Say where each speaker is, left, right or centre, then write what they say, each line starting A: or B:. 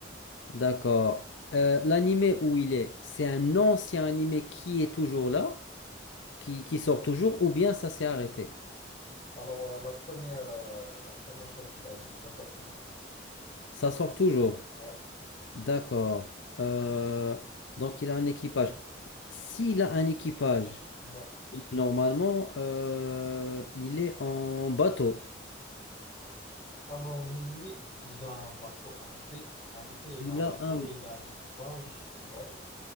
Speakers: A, on the left; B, on the left.
A: D'accord. Euh, l'animé où il est, c'est un ancien animé qui est toujours là? Qui, qui sort toujours ou bien ça s'est arrêté?
B: Alors, euh, la première, euh, la première chose que tu as dit, ça sort toujours.
A: Ça sort toujours.
B: Ouais.
A: D'accord. Euh, donc il a un équipage. S'il a un équipage,
B: Ouais.
A: donc normalement, euh, il est en bateau.
B: Alors oui, il a un bateau, en effet. En effet, il
A: Il
B: a un
A: a
B: bateau
A: un,
B: et il a un équipage. Ouais,